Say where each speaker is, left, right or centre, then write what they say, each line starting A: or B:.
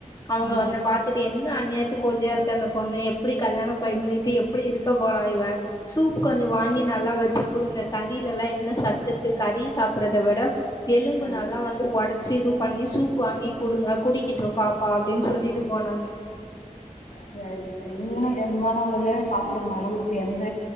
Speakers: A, on the left (about 25°); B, on the left (about 85°).
A: அவங்க
B: ஆ
A: வந்து பாத்துட்டு என்ன அந்யாயாத் துக் ஒல்லியா இருக்கா இந்த பொண்ணு எப்பிடி கல்யாணம் பெண்ணிட்டு எப்பிடி இருக்க போறா இவ சூ கொஞ்சோ வாங்கி நல்லா வச்சு குடுங்க கறீலல்லா என்ன சத்துருக்கு கறீ சாப்பட்றத விட எலும்பு
B: ம்
A: நல்லா வந்து ஒடச்சு இது பண்ணி சூப் வாங்கி குடுங்க குடிக்கிட்டு பாப்பா அப்டின் சொல்லிட்டு போனாங்க
B: சேரி செரி நீங்களு தெம்பான உணவே சாப்புடுங்க ஒடம்புக்கு எந்த